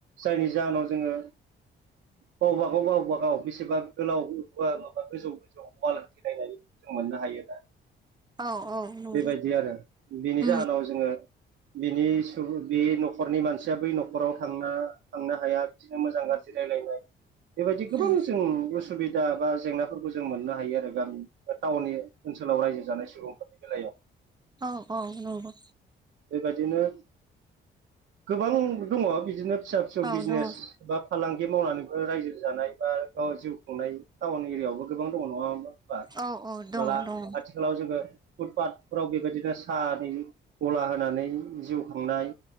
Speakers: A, on the right; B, on the right.
A: जायनि जाहोनाव जोङो। गावबा गाव गावबाागाव बेसेबा गोलाव माबा गोजौ गोजौ। फालांथि नायनायखौ जों मोननो हायो ना।
B: औ औ। नंगौ
A: बेबायदि आरो बिनि
B: उम
A: जाहोनाव जोङो। बिनि सुबुं बे न'खरनि मानसिया बै न'खराव थांना थांनो हाया बिदिनो मोजां गाज्रि रायज्लायनाय बेबायदि गोबां
B: उम
A: जों उसुबिदा। दा बा जेंनाफोरखौ जों मोननो हायो आरो गामि बा टाउननि ओनसोलाव रायजो जानाय सुबुंफोरनि बेलायाव
B: औ औ नंगौ
A: बेबायदिनो गोबां दङ बिदिनो फिसा फिसौ
B: औ
A: बिजनेस
B: दङ
A: बा फालांगि मावनानैबो रायजो जानाय बा गाव जिउ खुंनाय टाउन एरियायावबो गोबां दङ नङा हा बा होननाला
B: औ औ दङ दङ
A: आथिखालाव जोङो। फुटपााथफोराव बेबायदिनो साहानि गला होनानै जिउ खांनाय